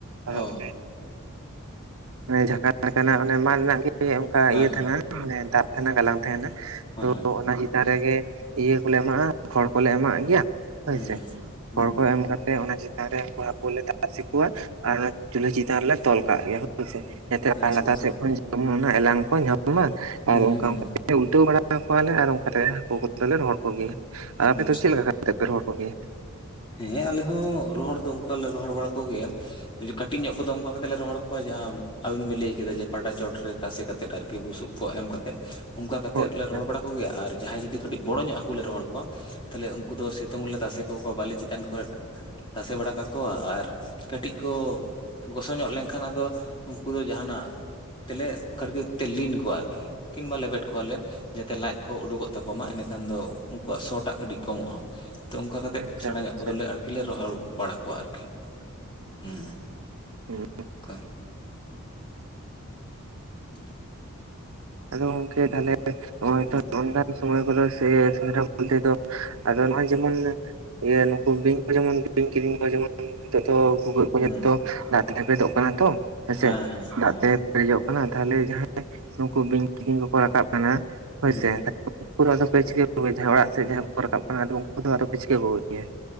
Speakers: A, on the right; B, on the left.
A: ᱟᱫᱚ
B: ᱚ
A: ᱟᱫᱚᱢ ᱞᱮ ᱡᱷᱟᱠᱟ ᱞᱮᱠᱟᱱᱟᱜ ᱚᱱᱮ ᱢᱟᱫ ᱨᱮᱱᱟᱜ ᱜᱮ ᱚᱱᱠᱟ
B: ᱦᱮᱸ
A: ᱤᱭᱟᱹ ᱛᱟᱦᱮᱱᱟ ᱢᱟᱱᱮ ᱫᱟᱜ ᱛᱟᱦᱮᱱᱟ ᱜᱟᱞᱟᱝ ᱛᱟᱦᱮᱱᱟ
B: ᱦᱮᱸ
A: ᱛᱚ ᱚᱱᱟᱜᱤ ᱫᱟᱨᱮᱜᱮ ᱤᱭᱟᱹ ᱠᱚᱞᱮ ᱮᱢᱟᱜ-ᱟ ᱠᱷᱚᱲ ᱠᱚᱞᱮ ᱮᱢᱟᱜ ᱜᱮᱭᱟ ᱦᱳᱭᱥᱮ
B: ᱦᱮᱸ ᱦᱮᱸ
A: ᱠᱷᱚᱲ
B: ᱦᱮᱸ
A: ᱠᱚ ᱮᱢ ᱠᱟᱛᱮ ᱚᱱᱟ ᱪᱮᱛᱟᱱ ᱨᱮ ᱩᱱᱠᱩ ᱦᱟᱹᱠᱠᱩ ᱞᱮ ᱛᱟᱥᱮ ᱠᱚᱣᱟ ᱟᱨ ᱚᱱᱟ ᱪᱩᱞᱦᱟᱹ ᱪᱮᱛᱟᱱ ᱨᱮᱞᱮ ᱛᱚᱞ ᱠᱟᱜ ᱜᱮᱭᱟ ᱦᱣᱥᱮ ᱡᱟᱛᱮ
B: ᱦᱮᱸ ᱟᱪᱪᱷᱟ
A: ᱟᱨ ᱞᱟᱛᱟᱨ
B: ᱟᱪᱪᱷᱟ
A: ᱥᱮᱫ ᱠᱷᱚᱱ ᱡᱮᱢᱚᱱ ᱚᱱᱟ ᱮᱞᱟᱝ ᱠᱚ ᱧᱟᱢ ᱢᱟ
B: ᱦᱩᱸ
A: ᱟᱨ ᱚᱱᱠᱟ
B: ᱦᱩᱸ
A: ᱚᱱᱠᱟ
B: ᱦᱩᱸ
A: ᱩᱞᱴᱟᱹᱣ ᱵᱟᱲᱟ ᱠᱚᱣᱟᱞᱮ ᱟᱨ ᱚᱱᱠᱟᱛᱮ ᱦᱟᱹᱠᱩ ᱠᱚᱫᱚᱞᱮ ᱨᱚᱦᱚᱲ ᱠᱚᱜᱮᱭᱟ ᱟᱨ ᱟᱯᱮᱫ
B: ᱟᱪᱪᱷᱟ
A: ᱫᱚ ᱪᱮᱫ ᱞᱮᱠᱟ ᱠᱟᱛᱮᱫᱯᱮ ᱨᱚᱦᱚᱲ ᱠᱚᱜᱮᱭᱟ
B: ᱦᱮᱸ ᱟᱞᱮ ᱦᱚᱸ ᱨᱚᱦᱚᱲ ᱫᱚ ᱚᱱᱠᱟ ᱞᱮ ᱨᱚᱦᱚᱲ ᱵᱟᱲᱟ ᱠᱚᱜᱮᱭᱟ ᱠᱟᱹᱴᱤᱡ ᱧᱚᱜ ᱠᱚᱫᱚ ᱚᱱᱠᱟ ᱠᱟ ᱠᱟᱛᱮᱜ ᱞᱮ ᱠᱟᱴᱤᱡ ᱧᱜᱚ ᱠᱚᱫᱚ ᱠᱟᱛᱮ ᱞᱮ ᱨᱦᱚᱭᱠᱚᱳ-ᱟ ᱡᱟᱦᱟᱸ ᱟᱵᱤᱱ ᱵᱤᱱ ᱞᱟᱹᱭ ᱠᱮᱫᱟ ᱡᱮ ᱯᱟᱴᱟ ᱪᱮᱛᱟᱱᱨᱮ ᱛᱟᱥᱮ ᱠᱟ ᱠᱟᱛᱮᱫ ᱟᱨᱠᱤ ᱵᱩᱥᱩᱯ ᱠᱚ ᱮᱢ ᱠᱟᱛᱮᱫ ᱚᱱᱠᱟ ᱠᱟ ᱠᱟᱛᱮᱫ
A: ᱦᱳᱭ
B: ᱞᱮ
A: ᱦᱳᱭ
B: ᱨᱚᱦᱚᱲ ᱵᱟᱲᱟ ᱠᱚᱜᱮᱭᱟ ᱟᱨ ᱡᱟᱦᱟᱸ ᱡᱩᱫᱤ ᱠᱟᱹᱴᱤᱡ ᱵᱚᱲᱚ ᱧᱚᱜ ᱦᱟᱠᱩᱸ ᱞᱮ ᱨᱚᱦᱚᱲ ᱠᱚᱣᱟ ᱠᱷᱟᱹᱞᱤ ᱩᱱᱠᱩ ᱫᱚ ᱥᱤᱛᱩᱝ ᱞᱮ ᱛᱟᱥᱮ ᱠᱟ ᱠᱚᱣᱟᱹ ᱵᱟᱹᱞᱤ ᱪᱮᱛᱟᱱ ᱠᱚᱨᱮ <unintelligible> ᱛᱟᱥᱮ ᱵᱟᱲᱟ ᱠᱟᱠᱚᱣᱟ ᱟᱨ ᱠᱟᱹᱴᱤᱡ ᱠᱚ ᱜᱚᱥᱚ ᱧᱚᱜ ᱞᱮᱱᱠᱷᱟᱱ ᱟᱫᱚ ᱩᱱᱠᱩ ᱫᱚ ᱡᱟᱦᱱᱟᱜ ᱛᱮᱞᱮ ᱠᱷᱠ ᱛᱮᱞᱮ ᱞᱤᱱ ᱠᱚᱣᱟ ᱟᱨᱠᱤ ᱠᱤᱱᱵᱟ ᱞᱮᱵᱮᱫ ᱠᱚᱣᱟᱞᱮ ᱡᱟᱛᱮ ᱞᱟᱡ ᱠᱚ ᱩᱰᱩᱠᱚᱜ ᱛᱟᱠᱚ ᱢᱟ ᱮᱸᱰᱮᱠᱷᱟᱱ ᱫᱚ ᱩᱱᱠᱩᱣᱟᱜ ᱥᱚᱴᱟᱜ ᱠᱟᱹᱴᱤᱡ ᱠᱚᱢᱚᱜ-ᱟ ᱛᱚ ᱚᱱᱠᱟ ᱠᱟᱛᱮ ᱛᱮᱫ
A: ᱟᱪᱪᱷᱟ
B: ᱥᱮᱬᱟ ᱧᱚᱜ
A: ᱟᱪᱪᱷᱟ
B: ᱠᱚᱫᱚᱞᱮ ᱟᱨᱠᱤᱞᱮ ᱨᱚᱦᱚᱲ ᱵᱟᱲᱟ ᱠᱚᱣᱟ ᱟᱨᱠᱤ ᱦᱮᱸ
A: ᱦᱮᱸ
B: ᱚᱱᱠᱟ ᱦᱮᱸ <inaudible>
A: ᱟᱫᱚ ᱜᱚᱝᱠᱮ ᱛᱟᱦᱚᱞᱮ ᱱᱚᱜᱼᱚᱭ
B: ᱦᱮᱸ
A: ᱛᱚ ᱚᱱᱠᱟᱱ ᱥᱚᱢᱚᱭ ᱠᱚᱫᱚ ᱥᱮ ᱥᱮᱸᱫᱽᱨᱟ ᱢᱚᱫᱽᱮ ᱫᱚ ᱟᱫᱚ ᱱᱚᱜ-ᱚᱭ ᱡᱮᱢᱚᱱ ᱤᱭᱮ ᱱᱩᱠᱩ ᱵᱤᱧ ᱠᱚ ᱡᱮᱢᱚᱱ ᱵᱤᱧ ᱠᱤᱫᱤᱧ ᱠᱚ ᱡᱮᱢᱚᱱ ᱱᱤᱛᱚᱜ ᱫᱚ ᱵᱷᱩᱜᱟᱹᱜ ᱠᱚ
B: ᱦᱩᱸ
A: ᱡᱚᱛᱚ ᱫᱟᱜ ᱛᱮ ᱞᱮᱯᱮᱡᱚᱜ ᱠᱟᱱᱟ ᱛᱚ ᱦᱮᱸᱥᱮ
B: ᱦᱮᱸ ᱦᱮᱸ ᱦᱮᱸ
A: ᱫᱟᱜ ᱛᱮ ᱯᱮᱨᱮᱡᱚᱜ ᱠᱟᱱᱟ ᱛᱟᱦᱞᱮ ᱡᱟᱦᱟᱸᱭ ᱠᱩ ᱵᱤᱧ ᱠᱤᱫᱤᱧ ᱠᱚᱠᱚ ᱨᱟᱠᱟᱵ ᱠᱟᱱᱟ ᱦᱳᱭᱥᱮ
B: ᱦᱩᱸ
A: ᱩᱱᱠᱩ ᱫᱚ ᱟᱫᱚ ᱯᱮ ᱪᱤᱠᱟᱹ ᱠᱚᱜᱮᱭᱟ ᱡᱟᱦᱟᱸᱭ ᱚᱲᱟᱜ ᱥᱮᱫ ᱡᱟᱦᱟᱸᱭ ᱠᱚᱠᱚ ᱨᱟᱠᱟᱵ ᱠᱟᱱᱟ᱾ ᱟᱫᱚ ᱩᱱᱠᱩ ᱠᱚᱫᱚ ᱟᱫᱚ ᱯᱮ ᱪᱤᱠᱟᱹ ᱠᱚᱜᱮᱭᱟ?